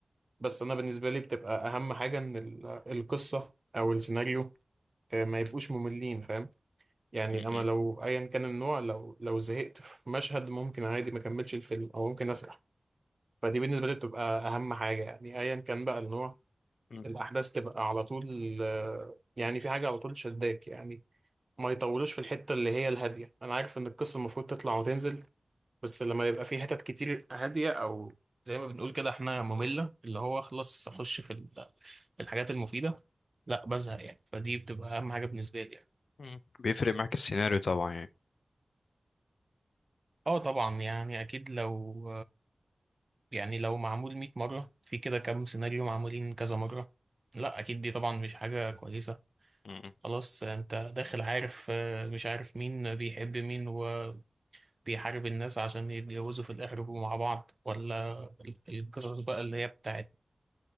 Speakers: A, on the right (about 45°); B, on the left (about 85°).
A: بس انا بالنسبة لي بتبقى اهم حاجة ان ال- القصة او السيناريو آه، ما يبقوش مملين فاهم يعني
B: م-
A: انا
B: م-
A: لو ايا كان النوع لو لو زهقت في مشهد ممكن عادي ما اكملش الفيلم او ممكن اسرح فدي بالنسبه لي بتبقى اهم حاجه يعني ايا كان بقى النوع
B: م-
A: الاحداث تبقى على طول آه، يعني في حاجه على طول شداك يعني ما يطولوش في الحته اللي هي الهاديه انا عارف ان القصه المفروض تطلع وتنزل بس لما يبقى في حتت كتير هاديه او زي ما بنقول كده احنا ممله اللي هو خلاص اخش في ال- في الحاجات المفيده لا بزهق يعني فدي بتبقى اهم حاجه بالنسبه لي يعني
B: م. بيفرق معاك السيناريو طبعا يعني
A: اه طبعا يعني اكيد لو يعني لو معمول 100 مرة في كده كام سيناريو معمولين كذا مرة لا أكيد دي طبعا مش حاجة كويسة
B: م-
A: خلاص أنت داخل عارف آه، مش عارف مين بيحب مين وبيحارب الناس عشان يتجوزوا في الآخر يبقوا مع بعض ولا ال- القصص بقى اللي هي بتاعت